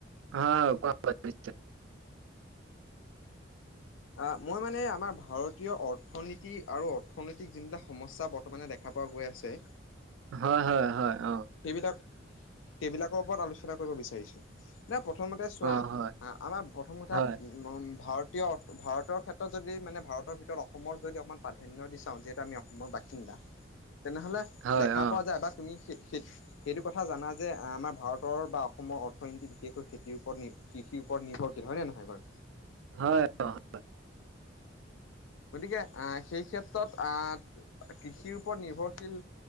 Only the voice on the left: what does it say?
অঁ মই মানে আমাৰ ভাৰতীয় অৰ্থ অৰ্থনীতি আৰু অৰ্থনৈতিক যোনবিলাক সমস্যা বৰ্তমানে দেখা পোৱা গৈ আছে,
সেইবিলাক সেইবিলাকৰ ওপৰত আলোচনা কৰিব বিচাৰিছো। না প্ৰথমতে চোৱা,
আ আমাৰ প্ৰথম কথা
নম ভাৰতীয় ভাৰতৰ ক্ষেত্ৰত যদি মানে ভাৰতৰ ভিতৰত অসমক যদি অকণমান প্ৰাধান ন্য দি চাওঁ যিহেতু আমি অসমৰ বাসিন্দা তেনেহ'লে
দেখা
পোৱা যায় বা তুমি সে সেই সেইটো কথা জানা যে আমাৰ ভাৰতৰ বা অসমৰ অ অথনীতি বিশেষকৈ খেতিৰ ওপৰত নি কৃষিৰ ওপৰত নিৰ্ভৰশল। হয় নে নহয় বা
গতিকে আহ সেই ক্ষেত্ৰত আহ কৃষিৰ ওপৰত নিৰ্ভৰশীল